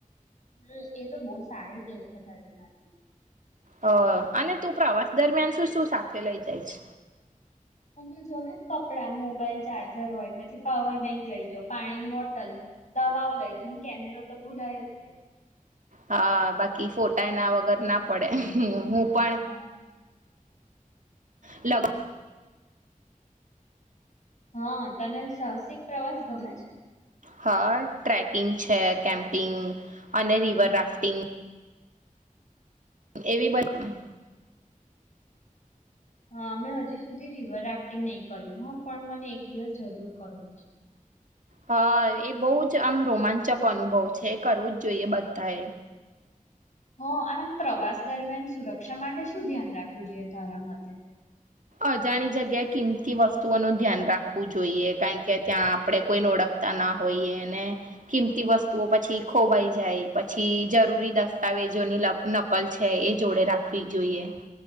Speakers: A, on the left; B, on the right.
A: હમ એ તો બહુ સારી ટેવ છે તારીમાંથી
B: હ અને તું પ્રવાસ દરમિયાન શું શું સાથે લઇ જાય છે?
A: પણ તો જો ને કપડા મોબાઈલ ચાર્જર હોય પછી પાવર બેંક લઈ જા પાણીની બોટલ દવાઓ લઈ જા કેમેરો તો ભૂલાય જ નઈ.
B: હા બાકી ફોટા એ ના વગર ના પડે હું. પણ
A: હા
B: લગ
A: હા તને સાહસિક પ્રવાસ ગમે છે?
B: હા ટ્રેકિંગ છે કેમ્પિંગ અને રિવર રાફ્ટિંગ એવી બક હોય
A: હા મેમ હજી સુધી રિવર રાફ્ટિંગ નહી કર્યું હ પણ મને એક દિવસ જરૂર કરવું છે.
B: હા એ બહુ જ આમ રોમાંચક અનુભવ છે એ કરવું જ જોઈએ બધા એ.
A: હ અને પ્રવાસ દરમિયાન સુરક્ષા માટે શું ધ્યાન રાખવું જોઈએ તારા મતે
B: અજાણી જગ્યાએ કિંમતી વસ્તુઓ નું ધ્યાન રાખવું જોઈએ કારણ કે ત્યાં આપડે કોઈને ઓળખતા ના હોઈએ અને કિંમતી વસ્તુઓ પછી ખોવાઈ જાય પછી જરૂરી દસ્તાવેજોની નકલ છે એ જોડે રાખવી જોઈએ